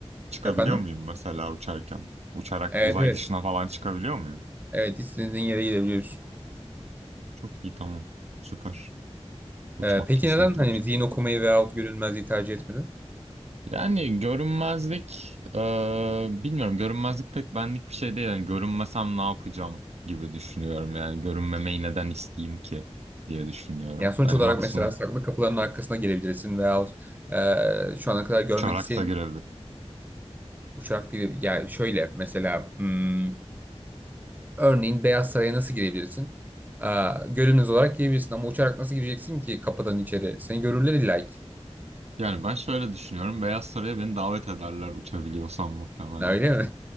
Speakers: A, on the right; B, on the right.
A: Çıkabiliyor
B: efendim?
A: muyum mesela uçarken? Uçarak
B: Evet
A: uzay
B: evet.
A: dışına falan çıkabiliyor muyum?
B: Evet istediğin yere gidebiliyorsun.
A: Çok iyi tamam. Süper. Uçmak
B: E, peki
A: kesinlikle
B: neden hani
A: uçmak.
B: zihin okumayı veyahut görünmezliği tercih etmedin?
A: Yani görünmezlik, e, bilmiyorum görünmezlik pek benlik bir şey değil. Yani görünmesem ne yapacağım gibi düşünüyorum. Yani görünmemeyi neden isteyeyim ki diye düşünüyorum.
B: Yani sonuç
A: Hani
B: olarak
A: maksimum
B: mesela saklı kapıların arkasına girebilirsin veyahut e, şu ana kadar görmek
A: uçarak
B: isteyen
A: da girebilirim.
B: uçak değil. Yani şöyle mesela hmm, örneğin Beyaz Saray'a nasıl girebilirsin? E, görünüz olarak girebilirsin ama uçarak nasıl gireceksin ki kapıdan içeri? Seni görürler illa ki.
A: Yani ben şöyle düşünüyorum. Beyaz Saray'a beni davet ederler uçabiliyorsam muhtemelen.
B: Öyle mi?